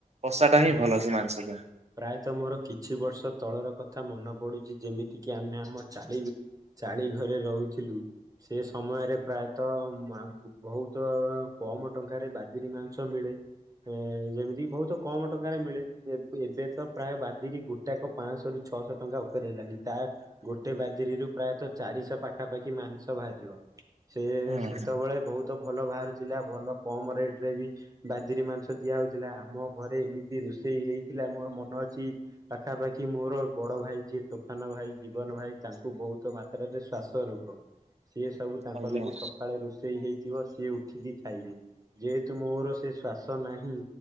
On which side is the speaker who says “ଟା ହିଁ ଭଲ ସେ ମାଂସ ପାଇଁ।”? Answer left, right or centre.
Right